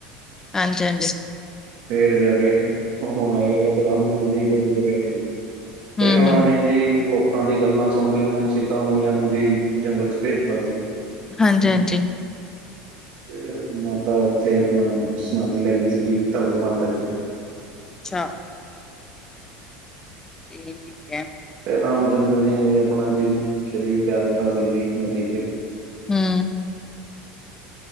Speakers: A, on the left; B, on the right.
A: ਹਾਂਜੀ, ਹਾਂਜੀ।
B: ਫਰ ਜਾ ਕੇ, ਹੁਣੂੰ ਲਾਏ ਗਿਆ ਤੇ ਰਾਮ ਚੰਦਰ ਜੀ ਗੱਦੀ ਤੇ ਬੈਠੇ ਸੀ।
A: ਹਮ
B: ਫੇਰ ਉਹਨਾਂ
A: ਹਮ
B: ਨੇ ਜੀ ਲੋਕਾਂ ਦੀ ਗੱਲਾਂ ਸੁਣ ਕੇ, ਉਹਨਾਂ ਨੇ ਸੀਤਾਮਈਆਂ ਨੂੰ ਜੀ ਜੰਗਲ 'ਚ ਭੇਜਤਾ ਸੀ। ਹ।
A: ਹਾਂਜੀ ਹਾਂਜੀ
B: ਤੇ ਮਾਤਾ ਉੱਥੇ ਆਪਣਾ, ਸਮਾਧੀ ਲੈ ਗਈ ਸੀ ਜੀ ਧਰਤੀ ਮਾਤਾੇ
A: ਅੱਛਾ। ਠੀਕ ਹੈ।
B: ਤੇ ਰਾਮ ਚੰਦਰ ਜੀ ਨੇ ਵੀ ਆਪਣਾ ਜਿ ਵੀ, ਸਰੀਰ ਤਿਆਗ ਕੀਤਾ ਸੀ ਜੀ ਨਦੀ ਤੇ।
A: ਹਮ,